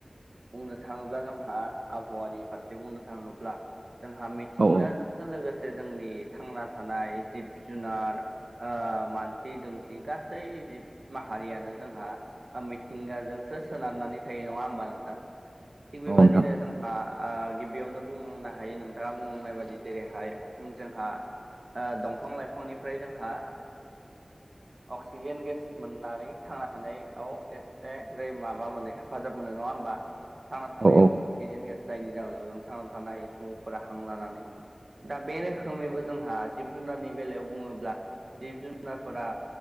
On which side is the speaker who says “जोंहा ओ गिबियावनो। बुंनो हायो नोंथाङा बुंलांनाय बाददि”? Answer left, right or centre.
Right